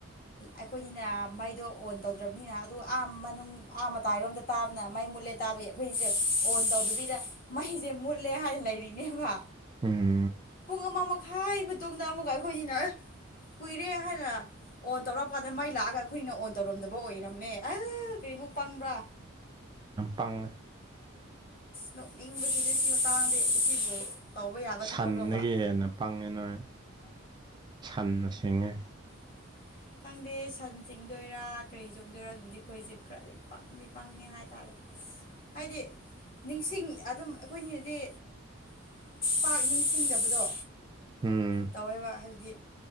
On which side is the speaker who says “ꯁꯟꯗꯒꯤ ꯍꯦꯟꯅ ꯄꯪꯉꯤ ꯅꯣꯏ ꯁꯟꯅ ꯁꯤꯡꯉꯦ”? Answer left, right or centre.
Right